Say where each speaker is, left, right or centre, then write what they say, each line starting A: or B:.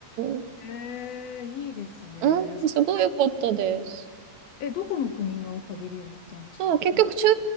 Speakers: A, on the right; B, on the left.
A: ん。
B: へえ、いいですね。
A: うん、
B: そんなに。
A: すごい良かったです。
B: え、どこの国のパビリオン行ったんでしたっけ
A: そう、結局抽選